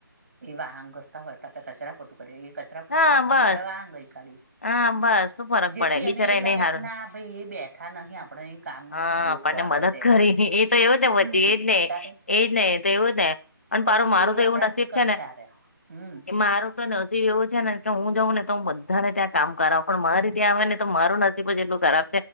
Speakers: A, on the right; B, on the left.
A: એ વાહન ઘસતા હોય ત આપણે કચરા પોતું કરી એ કચરા પૂતું
B: હા
A: કરતા
B: બસ
A: તો આપડે વા ગઈ કાઢી
B: હા બસ શું ફરક
A: જેથી
B: પડે બિચારા
A: એને એવું લાગે
B: હારું
A: ના ભાઈ એ બેઠા નહીિ આપડ કામમાં
B: હા
A: હેલ્પ
B: આપણને
A: કરે
B: મદદ
A: છે
B: કરી એ તો એવું પછી
A: હમ
B: એજ નહ
A: તારે
B: એજ નહ તો એવું ને પણ
A: પછી
B: પારું મારું
A: એ
B: તો
A: આપણાથી
B: એવું નસીબ
A: કંટારે
B: છે ને
A: હમ
B: એ મારું તો નસીબ એવું ને કે હું જાઉં ને તો હું બધાને ત્યાં કામ કરાવું પણ મારી ત્યાં આવે ને તો મારું નસીબ જ એટલું કરાવ